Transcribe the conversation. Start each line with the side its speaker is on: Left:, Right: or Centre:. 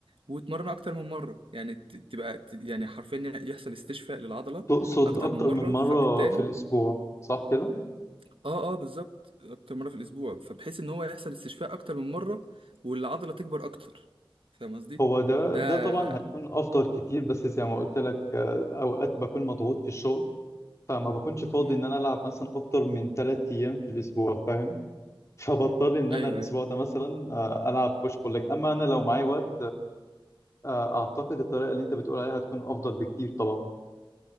Right: وتمرن اكتر من مره يعني ت- تبقى ت- يعني حرفيا يحصل استشفاء للعضله
Left: تقصد
Right: اكتر
Left: اكتر
Right: من مره
Left: من مره
Right: فبالتالي
Left: في الاسبوع صح كده
Right: اه اه بالظبط اكتر مره في الاسبوع فبحيث ان هو يحصل استشفاء اكتر من مره والعضله تكبر اكتر فاهم قصدي
Left: هو ده
Right: ده
Left: ده طبعا هيكون افضل كتير بس زي ما قلت لك آه، اوقات بكون مضغوط في الشغل فما بكونش فاضي
Right: امم
Left: ان انا العب مثلا اكتر من ثلاث ايام في الاسبوع فاهم فبضطر ان
Right: ايوه
Left: انا الاسبوع
Right: ايوه
Left: ده مثلا آه، العب بوش بول ليج اما انا لو معايا وقت آه، اعتقد الطريقه اللي انت بتقول عليها هتكون افضل بكتير طبعا